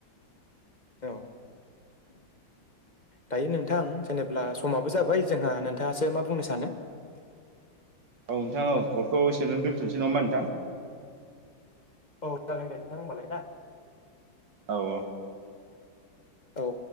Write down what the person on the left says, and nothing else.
औ। दायो नोंथां जेनेब्ला समाबो जाबाय जोंहा नोंथाङासो मा बुंनो सानो?
औ जागोन दे नोंथां होनबालाय ना।
औ